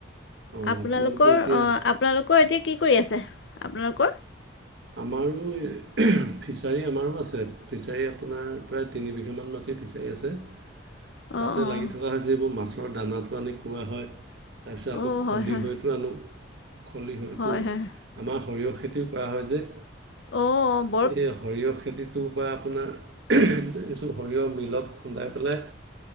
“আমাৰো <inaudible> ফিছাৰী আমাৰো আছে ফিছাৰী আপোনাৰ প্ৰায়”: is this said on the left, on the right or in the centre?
Right